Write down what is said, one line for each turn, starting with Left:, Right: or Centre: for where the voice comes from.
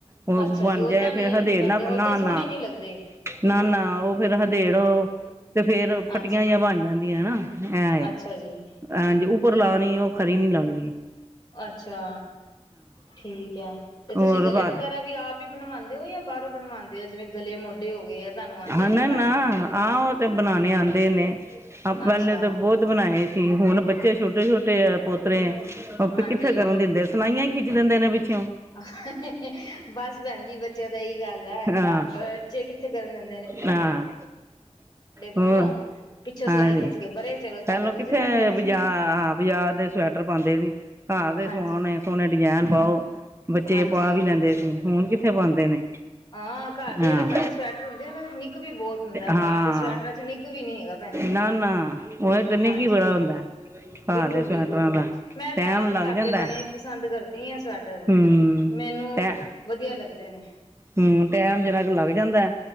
Right: ਉਹ
Left: ਅੱਛਾ
Right: ਬਣ
Left: ਜੀ ਓਦਾਂ
Right: ਜਾਏ ਫੇਰ
Left: ਨੀ ਐ
Right: ਹਦੇੜ
Left: ਕਿ ਬੰਦੇ
Right: ਨਾ ਨਾ
Left: ਓਦਾਂ ਸੋਹਣੇ
Right: ਨਾ
Left: ਨੀ ਲੱਗਦੇ।
Right: ਨਾ ਨਾ ਉਹ ਫੇਰ ਹਦੇੜੋ ਤੇ ਫੇਰ ਫੱਟੀਆਂ
Left: ਅੱਛਾ
Right: ਜੀਆਂ ਬਣ ਜਾਂਦੀਆਂ ਹਨਾ ਐ ਏ।
Left: ਅੱਛਾ ਜੀ
Right: ਹਾਂਜੀ ਉਪਰ
Left: ਠੀਕ
Right: ਲਾਣੀ ਉਹ ਖਰੀ ਨੀ ਲਾ <inaudible>
Left: ਅੱਛਾ ਠੀਕ ਹੈ ਤੇ ਤੁਸੀਂ
Right: ਹੋਰ
Left: ਗਲੇ
Right: ਬਸ
Left: ਵਗੈਰਾ ਵੀ ਆਪ ਤੇ ਬਣਵਾ ਵਾਦੇ ਔ ਜਾਂ ਬਾਹੋਂ ਬਣਵਾਦੇ ਜਿਵੇਂ ਗਲੇ ਮੋਢੇ ਹੋ ਗਏ। ਤੁਹਾਨੂੰ ਆਉਂਦੇ
Right: ਹਨ,
Left: ਨੇ
Right: ਨਾ
Left: ਬਣਾਉਣੇ?
Right: -ਨਾ ਆਹ ਉਹ ਤੇ ਬਣਾਣੇ ਆਂਦੇ ਨੇ ਪਹਿਲੇ
Left: ਅੱਛਾ
Right: ਤਾਂ ਬਹੁਤ ਬਣਾਏ ਸੀ ਹੁਣ ਬੱਚੇ ਛੋਟੇ ਛੋਟੇ-ਛੋਟੇ ਏ ਪੁ
Left: ਹਾਂਜੀ।
Right: ਕਿੱਥੇ ਕਰਨ ਦਿੰਦੇ ਸਲਾਈਆਂ ਖਿੱਚ ਲੈਂਦੇ ਨੇ ਵਿੱਚ
Left: <inaudible> ਬਸ ਭੈਣ ਜੀ ਬੱਚਿਆਂ ਤਾਂ ਇਹੀ ਗੱਲ ਹੈ
Right: ਹਾਂ
Left: ਬੱਚੇ ਕਿੱਥੇ ਕਰਨ ਦਿੰ
Right: ਹਾਂ ਹੋਰ
Left: ਬੰਨੋ ਪਿੱਛੋਂ ਸਿਲਾਈ
Right: ਹਾਂਜੀ
Left: ਖਿੱਚ ਕੇ ਪਰੇ ਚਲੋ ਧਾਗਾ
Right: ਪਹਿਲੋ
Left: ਖਿੱਚ
Right: ਕਿੱਥੇ
Left: ਦਿੰਦੇ ਨੇ।
Right: ਬਾਰ ਹਾਂ ਬਾਜ਼ਾਰ ਦੇ ਸਵੈਟਰ ਪਾਦੇ ਸੀ ਘਰ ਦੇ
Left: ਹਾਂਜੀ
Right: ਸਵਾਣੇ ਸੋਹਣੇ ਡਿਜਾਇਨ ਪਾਓ। ਬੱਚੇ
Left: ਹਾਂਜੀ
Right: ਪਾ ਵੀ ਲੈਂਦੇ ਸੀ ਹੁਣ ਕਿੱਥੇ ਪਾਦੇ ਨੇ
Left: ਹਾਂ ਘਰ ਦੇ
Right: ਹਾਂ।
Left: ਜਿਹੜੇ ਬਣੇ ਸਵੈਟਰ <inaudible> ਨਿੱਘ ਵੀ ਬਹੁਤ ਹੁੰਦਾ
Right: ਹਾਂ
Left: ਬਾਹਰ ਦੇ ਸਵੈਟਰਾਂ 'ਚ ਨਿੱਘ ਵੀ ਨੀ ਹੈਗਾ ਭੈਣ ਜੀ
Right: ਨਾ ਨਾ ਉਹ ਤਨੇ
Left: ਹਾਂਜੀ
Right: ਕੀ ਬੜਾ ਹੁੰਦਾ ਘਰ
Left: ਬਿਲਕੁਲ-ਬਿਲਕੁਲ
Right: ਦੇ ਸਵੈਟਰਾਂ ਦਾ
Left: ਮੈਂ ਤਾਂ
Right: ਟੈਮ
Left: ਆਪ
Right: ਲੱਗ
Left: ਘਰ
Right: ਜਾਂਦਾ
Left: ਦੇ ਬਣੇ ਪਸੰਦ ਕਰਦੀ ਆ ਸਵੈਟਰ
Right: ਹਮ
Left: ਮੈਨੂੰ
Right: ਟੈ
Left: ਵਧੀਆ ਲੱਗਦੇ ਨੇ।
Right: ਹੂੰ ਟੈਮ ਜਿਹੜਾ ਕ ਲੱਗ ਜਾਂਦਾ।